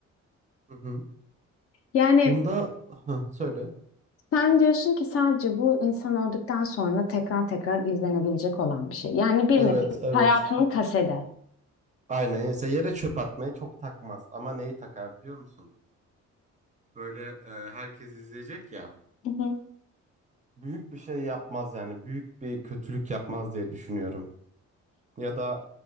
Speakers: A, on the right; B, on the left.
A: Hı hı.
B: Yani
A: Bunda Hah, söyle.
B: Sen diyorsun ki sadece bu insan öldükten sonra tekrar tekrar izlenebilecek olan bir şey. Yani bir
A: Evet,
B: nevi
A: evet.
B: hayatının kasede.
A: Aynen. Mesela yere çöp atmayı çok takmaz. Ama neyi takar biliyor musun? Böyle e, herkes izleyecek ya.
B: Hı hı.
A: Büyük bir şey yapmaz yani. Büyük bir kötülük yapmaz diye düşünüyorum. Ya da